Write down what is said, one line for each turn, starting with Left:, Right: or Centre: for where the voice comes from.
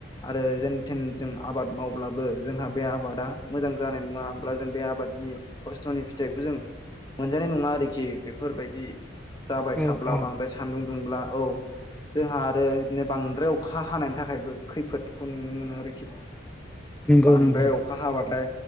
Left: आरो जेन थेन जों आबाद मावब्लाबो जोंहा बे आबादा मोजां जानाय नङब्ला जों बे आबादनि खस्थ'नि फिथाइखौ जों मोनजानाय नङा आरोखि बेफोरबायदि जाबाय
Centre: औ
Left: थाब्ला
Centre: औ
Left: बांद्राय सान्दुं दुंब्ला औ जोंहा आरो बिदिनो बांद्राय अखा हानायनि थाखायबो खैफोदखौ नुनो मोनो आरोखि।
Centre: नंगौ
Left: बांद्राय
Centre: नंगौ
Left: अखा हाबाथाय